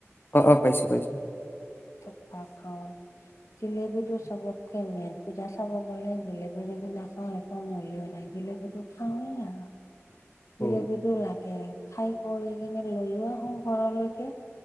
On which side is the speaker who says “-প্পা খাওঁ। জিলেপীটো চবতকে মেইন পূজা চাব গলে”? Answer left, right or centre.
Left